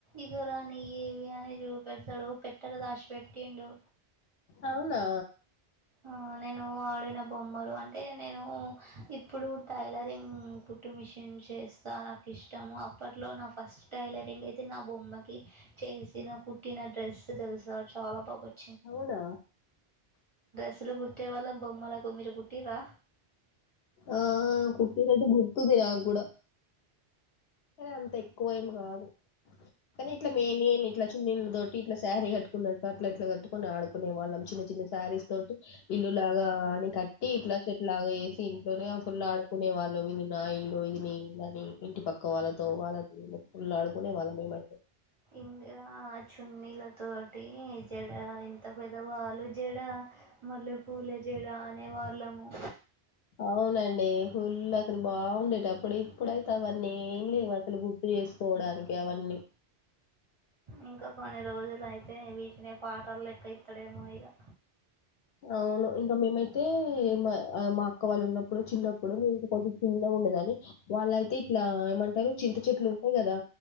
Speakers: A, on the right; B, on the left.
A: ఇగోరా నియ్యి ఇవి అన్ నిక్ జుపెడతలో పెట్టల దాషి పెట్టిండు.
B: అవునా?
A: ఆ నేను ఆడే నా బొమ్మలు అంటే, నేను ఇప్పుడు టైలరింగ్ కుట్టు మిషన్ చేస్తా నాకిష్టము. అప్పట్లో నా ఫస్ట్ టైలరింగ్ అయితే నా బొమ్మకి. చేసిన కుట్టిన డ్రెస్ తెల్సా చాలా బాగొచ్
B: అవునా.
A: అసలు కుట్టే వాళ్ళం బొమ్మలకు. మీరు కుట్ టిరా.
B: ఓహో కుటీరు గుర్తుంది నాకు కూడా. అంత ఎక్కువ ఏమి కాదు కానీ ఇట్లా మే నే ఇట్లా చిన్నీలతోటి ఇట్లా శారీ కట్టుకున్నట్టు అట్లాట్లా కట్టుకుని ఆడుకునే వాళ్ళం చిన్న. చిన్న సారీస్ తోటి ఇల్లు లాగా అని కట్టి ఇట్లా చెట్ లాగా వేసి ఇంట్లోనే ఫుల్ ఆడుకునే వాళ్ళం ఇది నా ఇల్లు ఇదిని ఇని ఇంటి పక్కన. పక్క వాళ్ళతో వాళ్ళతోళలు అడుకునే వాళ్ళం మేమైతే.
A: ఇంకా చున్నీల తోటి జడ ఇంత పెద్ద వాళ్ళు. జాడ మల్లె పూల జాడ. అనే వాళ్ళము.
B: అవునండి ఫుల్ అసలు బాగుండేట అప్పుడు ఇప్పుడైతే అవన్నీ ఏం లేవు అసలు గుర్తు చేసుకోవడానికి అవన్నీ.
A: ఇంకా కొన్ని రోజులు అయితే వీటినే పాటాలు లెక్క ఇత్తడేమో ఇంకా.
B: అవును ఇంకా మేమైతే. అయితే మా మా అక్క వాళ్ళు ఉన్నప్పుడు చిన్నప్పుడు కొంచెం చిన్నగా ఉండే దాని వాళ్ళయితే ఇట్లా ఏమంటారు చింత చెట్లు ఉంటాయి కదా